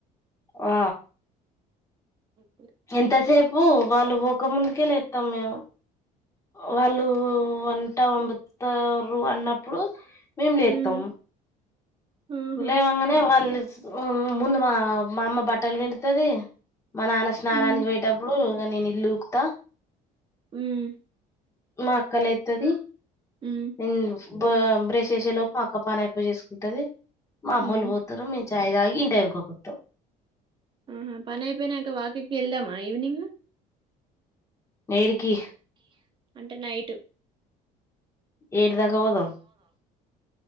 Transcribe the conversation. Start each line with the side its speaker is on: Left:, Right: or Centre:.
Left: ఆ
Right: ఓకే
Left: ఎంతసేపు వాళ్ళు ఒ ముందుకే లేత్తం మేము వాళ్ళు వంట వండు ారు అన్నప్పుడు మేము లేస్తం
Right: ఉమ్ ఆహా
Left: ఉ లే అనే వాళ్ళు ముందు మా మా అమ్మ బట్టలు విండుతది మా నాన్న స్నానానికి
Right: ఉమ్
Left: పోయేటప్పుడు ఇక నేను ఇళ్ళు ఉక్తా
Right: ఉమ్
Left: మా అక్క లేత్తది
Right: ఉమ్
Left: నిల్ బ బ్రెష్ ఎషే లోపు అక్క పని అయిపోజేసుకుంటది మామ్మోళ్ళు
Right: ఉమ్
Left: పోతారు మీ చాయ్ తాగి <unintelligible>
Right: మ్మ్ హ్మ్ పనియిపోయినాక వాకింగ్ కి వెళ్దామా ఈవ్నింగు
Left: ఏడికి
Right: అంటే నైటు
Left: ఏటి దగ అవదు